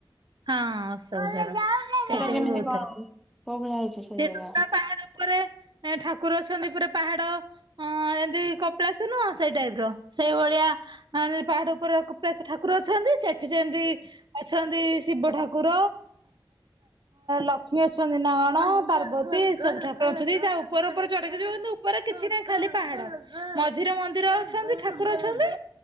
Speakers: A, on the right; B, in the centre.
A: ହଁ, ଅଶୋକ ଝର। ସେଠିକି
B: ସେଟା କେମିତି
A: ବହୁତ
B: କଣ
A: ଥର
B: କୋଉ ଭଳିଆ ହେଇଛି ସେଇ
A: ସେ
B: ଜାଗା?
A: ପାହାଡ ଉପରେ ଠାକୁର ଅଛନ୍ତି ପୁରା ପାହାଡ। ହଁ, ଯେମିତି କପିଳାସ ନୁହଁ ସେଇ ଟାଇପ୍ ର ସେଇଭଳିଆ। ଆଉ ଯୋଉ ପାହାଡ ଉପରେ କପିଳାସ ଠାକୁର ଅଛନ୍ତି ସେଠି ସେମତି ଅଛନ୍ତି ଶିବ ଠାକୁର, ଲକ୍ଷ୍ମୀ ଅଛନ୍ତି ନା କଣ? ପାର୍ବତୀ, ସବୁ ଠାକୁର ଅଛନ୍ତି ତା ଉପର ଉପରେ ଚଢିକି ଯିବ। କିନ୍ତୁ ଉପରେ କିଛି ନାହିଁ ଖାଲି ପାହାଡ। ମଝିରେ ମନ୍ଦିର ଅଛନ୍ତି, ଠାକୁର ଅଛନ୍ତି,